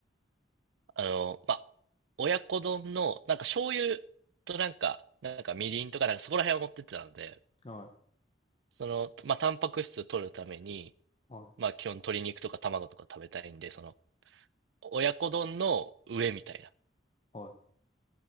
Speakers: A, on the right; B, on the left.
A: あの、まあ親子丼の、なんか醤油となんか、なんかみりんとか、なんかそこら辺を持ってってたので、
B: はい。
A: その、まあ、タンパク質を取るために、
B: はい。はい。
A: まあ、基本鶏肉とか卵とか食べたいんで、その、親子丼の上みたいな
B: はい。